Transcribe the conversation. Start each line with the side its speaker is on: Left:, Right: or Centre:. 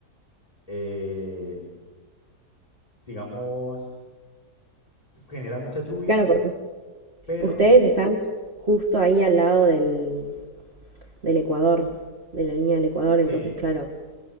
Left: eh, digamos, genera mucha lluvia,
Right: Claro, porque us-
Left: pero
Right: ustedes están justo ahí al lado del, del Ecuador, de la línea del Ecuador,
Left: sí,
Right: entonces, claro,